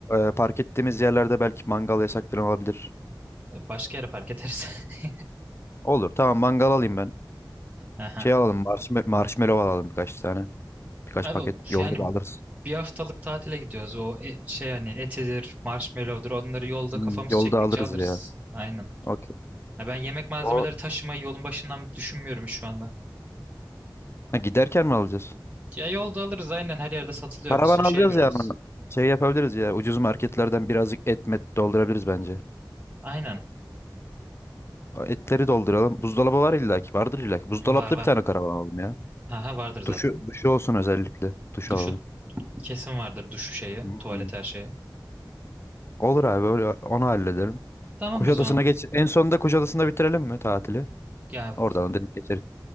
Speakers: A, on the left (about 35°); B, on the right (about 20°).
A: e, park ettiğimiz yerlerde belki mangal yasak falan olabilir.
B: Başka yere park ederiz. <laughs>
A: Olur tamam mangal alayım ben.
B: Aha.
A: Şey alalım marshmallow, marshmallow alalım birkaç tane. Birkaç
B: Abi
A: paket. Yolda
B: yani
A: da alırız.
B: bir haftalık tatile gidiyoruz. O e- şey hani etidir, marshmallow'dur onları yolda
A: Hmm,
B: kafamız
A: yolda
B: çektikçe
A: alırız
B: alırız.
A: ya.
B: Aynen.
A: Okey.
B: Ya ben yemek malzemeleri
A: O
B: taşımayı yolun başından düşünmüyorum şu anda.
A: ha, giderken mi alacağız?
B: Ya yolda alırız aynen her yerde satılıyor.
A: Paravan
B: Bir sürü
A: alacağız
B: şehir göreceğiz.
A: ya. ama Şey yapabiliriz ya. Ucuz marketlerden birazcık et met doldurabiliriz bence.
B: Aynen.
A: O Etleri dolduralım. Buzdolabı var illaki. Vardır illaki. Buzdolaplı
B: Var var.
A: bir tane karavan alalım ya.
B: Haha vardır zaten.
A: Duşu, duşu olsun özellikle. Duş
B: Duşu
A: alalım.
B: kesin vardır duşu şeyi,
A: Hmm.
B: tuvalet her şeyi.
A: Olur abi öyle onu halledelim.
B: Tamam
A: Kuşadası'na
B: o zaman.
A: geç. En sonunda Kuşadası'nda bitirelim mi tatili?
B: Ya
A: Oradan da direkt geçeriz.